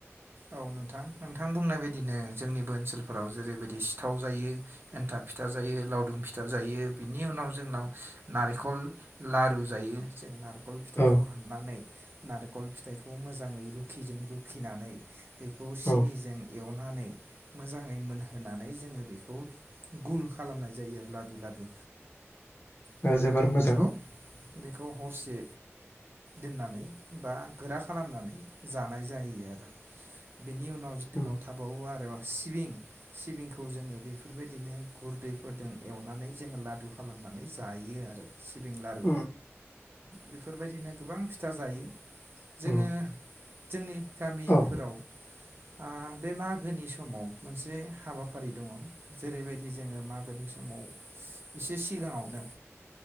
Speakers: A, on the right; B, on the left.
A: औ नोंथां नोंथां बुंनाय बदिनो जोंनिबो ओनसोलफोराव जेरैबायदि सिथाव जायो एन्थाब फिथा जायो लावदुम फिथा जायो बिनि उनाव जोंनाव नारिखल लारु जायो जों नारिख खल फिथाइखौ
B: औ
A: हाननानै नारिखल फिथाइखौ मोजाङै रुखिजों रुखिनानै बेखौ सिनिजों
B: औ
A: एवनानै मोजाङै मोनहोनानै जोङो बेखौ गुल खालामनाय जायो आरो लादु लादु बिनि
B: औ जोबोर
A: उनाव
B: मोजां
A: बेखौ बेखौ हरसे दोननानै बा गोरा खालामनानै जानाय जायो आरो बेनि उनाव जोंनाव
B: उम
A: थाबावो आरो सिबिं सिबिंखौ जोङो बेफोरबायदिनो गुरदैफोरजों एवनानै जोङो लादु खालामनानै जायो आरो सिबिं लारु
B: उम
A: बेफोरबायदिनो गोबां फिथा जायो। जोङो
B: उम
A: जोंनि गामि
B: औ
A: आ बे मागोनि समाव मोनसे हाबाफारि दङ जेरैबायदि जोङो मागोनि समाव एसे सिगाङावनो